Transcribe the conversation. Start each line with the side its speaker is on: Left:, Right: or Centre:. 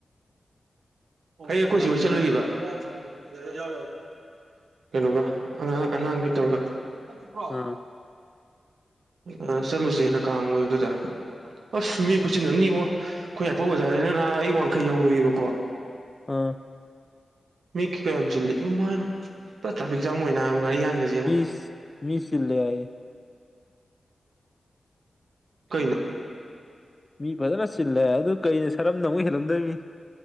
Right: ꯑꯩ ꯑꯩꯈꯣꯏ
Left: ꯑꯥ
Right: ꯆꯦ ꯍꯣꯏ ꯆꯠꯂꯨꯏꯕ ꯑꯣ ꯐꯔꯦ ꯐꯔꯦ ꯌꯥ ꯌꯥꯎꯔꯦ ꯀꯩꯅꯣꯒ ꯑꯉꯥꯡ ꯑꯉꯥꯡꯒ ꯇꯧꯔꯒ <unintelligible>
Left: ꯑꯥ
Right: ꯑ ꯆꯠꯂꯨꯁꯦꯅ ꯀꯥꯡ ꯑꯣꯏꯕꯑꯗꯨꯗ ꯑꯥꯁ ꯃꯤ ꯈꯨꯆꯤꯟ ꯑꯃꯥꯅꯤꯕꯣ ꯏꯕꯣ ꯑꯩꯈꯣꯏ ꯌꯥꯔꯤꯄꯣꯛ ꯕꯖꯥꯔꯁꯤꯗ ꯅꯍꯥ ꯑꯩ ꯋꯥꯡꯈꯩ ꯌꯔꯨꯏꯕꯀꯣ
Left: ꯎꯝ
Right: ꯃꯤ ꯀ ꯀꯌꯥꯝ ꯌꯥꯝ ꯆꯤꯜꯂꯤ ꯏꯃꯥ ꯄꯨꯔꯥ ꯇ꯭ꯔꯥꯐꯤꯛ ꯖꯥꯝ ꯑꯣꯏꯅ ꯌꯥꯝ ꯉꯥꯔꯤ ꯌꯥꯟꯒꯁꯤ
Left: ꯏꯁ ꯃꯤ ꯁꯤꯜꯂꯦ ꯍꯥꯏꯌꯦ
Right: ꯀꯩꯅꯣ
Left: ꯃꯤ ꯐꯖꯅ ꯆꯤꯜꯂꯦ ꯑꯗꯨ ꯀꯩꯗ ꯁꯔꯝꯗ ꯑꯃꯨꯛ ꯍꯦꯜꯂꯝꯗꯣꯏꯅꯤ